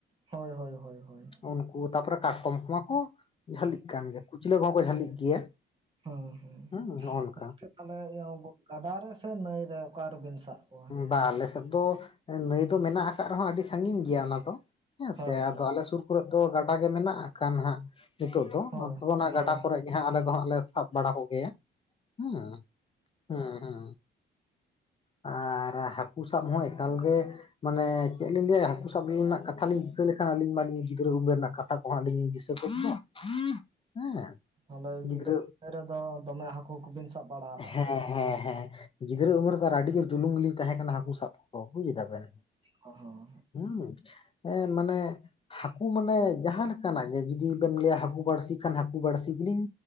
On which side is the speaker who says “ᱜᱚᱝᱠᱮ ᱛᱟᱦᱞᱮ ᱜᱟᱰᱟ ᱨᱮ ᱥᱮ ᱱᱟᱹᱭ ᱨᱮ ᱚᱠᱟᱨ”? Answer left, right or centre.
Right